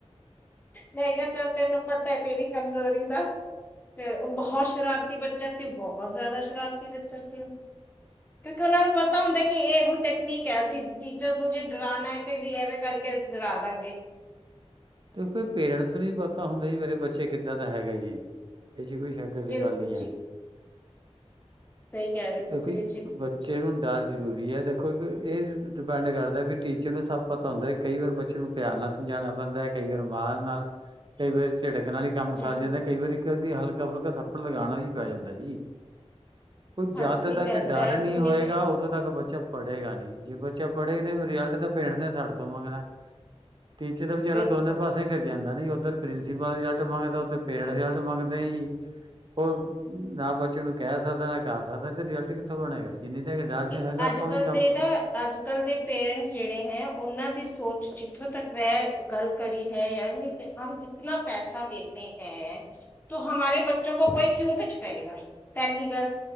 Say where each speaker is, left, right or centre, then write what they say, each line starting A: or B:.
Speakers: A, on the left (about 15°); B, on the right (about 45°).
A: ਮੈਂ ਕਿਹਾ ਚਲ ਤੈਨੂੰ ਪਤਾ ਤੇਰੀ ਕਮਜ਼ੋਰੀ ਦਾ ਤੇ ਉਹ ਬਹੁਤ ਸ਼ਰਾਰਤੀ ਬੱਚਾ ਸੀ ਬਹੁਤ ਜ਼ਿਆਦਾ ਸ਼ਰਾਰਤੀ ਬੱਚਾ ਸੀ ਉਹ ਕਿਉਂਕਿ ਉਹਨਾਂ ਨੂੰ ਪਤਾ ਹੁੰਦਾ ਕਿ ਇਹ ਹੁਣ ਟੈਕਨੀਕ ਹੈ ਸੀ ਟੀਚਰ ਤੂੰ ਜੇ ਡਰਾਉਣਾ ਹੈ ਤੇ ਵੀ ਐਵੇਂ ਕਰਕੇ ਡਰਾ ਦਾਂਗੇ
B: ਦੇਖੋ ਇਹ ਪੇਰੈਂਟਸ ਨੂੰ ਪਤਾ ਹੁੰਦਾ ਜੀ ਮੇਰੇ ਬੱਚੇ ਕਿੱਦਾਂ ਦਾ ਹੈਗਾ ਜੀ ਇਹ 'ਚ ਕੋਈ ਚੱਕਰ ਦੀ
A: ਬਿਲਕੁਲ
B: ਗੱਲ ਹੀ
A: ਜੀ
B: ਹੈ
A: ਸਹੀ ਕਹਿ ਰਹੇ ਹੋ
B: ਦੇਖੋ
A: ਤੁਸੀਂ
B: ਜੀ
A: ਵੀਰ
B: ਬੱਚੇ ਨੂੰ ਡਰ ਜਰੂਰੀ ਹੈ ਦੇਖੋ ਇਹ ਡਿਪੈਂਡ ਕਰਦਾ ਵੀ ਟੀਚਰ ਨੂੰ ਸਭ ਪਤਾ ਹੁੰਦਾ ਕਈ ਵਾਰ ਬੱਚੇ ਨੂੰ ਪਿਆਰ ਨਾਲ ਸਮਝਾਉਣਾ ਪੈਂਦਾ ਕਈ ਵਾਰ ਮਰ ਨਾਲ ਕਈ ਵਾਰ ਝਿੜਕ ਨਾਲ ਹੀ ਕੰਮ
A: ਹਮ
B: ਸਰ ਜਾਂਦਾ ਕਈ ਵਾਰੀ ਕਿ ਉਹਦੀ ਹਲ ਫਰਕਾ ਥੱਪੜ ਲਗਾਉਣਾ ਵੀ ਪੈ ਜਾਂਦਾ ਜੀ ਉਹ ਜਦ
A: ਹਾਂਜੀ
B: ਤੱਕ
A: ਪੈਂਦਾ
B: ਡਰ
A: ਹੈ ਕਿਉਂ
B: ਨਹੀਂ ਹੋਏਗਾ
A: ਪੈਂਦਾ
B: ਉਦੋਂ ਤੱਕ ਬੱਚਾ ਪੜੇਗਾ ਨੀ ਜੇ ਬੱਚੇ ਪੜ੍ਹੇਗੇ ਨੇ ਰਿਜ਼ਲਟ ਤਾਂ ਪਿੰਠ ਤੇ ਸਾਡੇ ਤੋਂ ਮੰਗਣਾ ਤਟੀਚੇ ਦਾ ਵਿਚਾਰਾ
A: ਬਿਲਕੁਲ
B: ਪਾਸੇ ਹੀ ਕਰ ਕਦਾ ਨੀ ਉੱਧਰ ਪ੍ਰਿੰਸੀਪਲ ਰਿਜਲਟ ਮੰਗਦਾ ਪੇਰੈਂਟ
A: ਕਿਉਂਕਿ
B: ਰਿਜ਼ਲਟ ਮੰਗਦੇ ਆ ਜੀ ਉਹ ਨਾ ਬੱਚੇ ਨੂੰ ਕਹਿ ਸਕਦਾ ਨਾ ਕਰ ਸਕਦਾ ਇਹ ਤੇ ਰਿਜਲਟ ਕਿੱਥੋਂ ਬਣੇਗਾ ਜਿੰਨੀ ਤੱਕ ਡਰ ਨੀ
A: ਇੱਕ
B: ਹੋਏਗਾ ਆਪਾਂ
A: ਅੱਜ
B: ਵੀ
A: ਕੱਲ
B: ਕੰਮ
A: ਦੇ ਨਾ ਅੱਜ ਕੱਲ ਦੇ ਪੇਰੈਂਟਸ ਜਿਹੜੇ ਹੈ ਉਹਨਾਂ ਦੀ ਸੋਚ ਇੱਥੋਂ ਤੱਕ ਵੇ ਗੱਲ ਕਰੀ ਹੈ ਯਾਨੀ ਹ ਇਤਨਾ ਪੈਸਾ ਦੇਤੇ ਹੈ ਤ ਹਮਾਰੇ ਬੱਚੋਂ ਕੋ ਕੋਈ ਕਿਉਂ ਕੁਛ ਕਹੇਗਾ ਪਹਿਲੀ ਗੱਲ